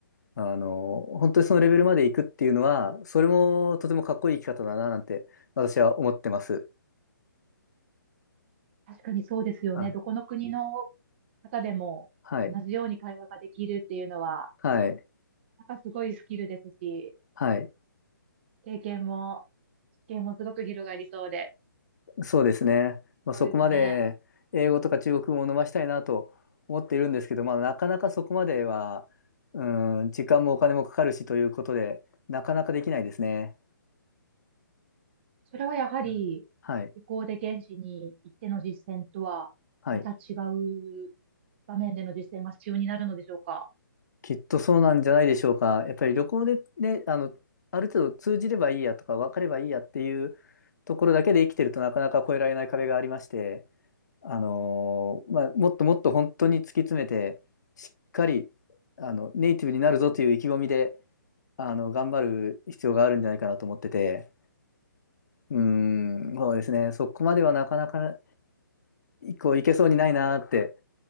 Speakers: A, on the left; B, on the right.
A: あの、本当にそのレベルまで行くっていうのは、それもとてもかっこいい生き方だな、なんて、私は思ってます。
B: 確かにそうですよね。
A: あ、
B: どこの国の方でもう同んじように会話ができるっていうのは、
A: はい、はい、
B: なんかすごいスキルですし、
A: はい。
B: 経験も、知見もすごく広がりそうで。
A: そうですね。まあ、
B: そうですね。
A: そこまで英語とか中国語を伸ばしたいなと思っているんですけど、まあ、なかなかそこまでは、うん、時間もお金もかかるしということで、なかなかできないですね。
B: それはやはり、
A: うんはい。
B: 旅行で現地に行っての実践とは、
A: はい。
B: また違う場面での実践が必要になるのでしょうか。
A: きっとそうなんじゃないでしょうか。やっぱり旅行でね、あの、ある程度通じればいいやとか、分かればいいやっていうところだけで生きてるとなかなか越えられない壁がありまして、あのーまあ、もっともっと本当に突き詰めて、しっかり、あの、ネイティブになるぞという意気込みで、あの、頑張る必要があるんじゃないかなと思ってて、うーん、そうですね。そこまではなかなか、こう、いけそうにないなーって、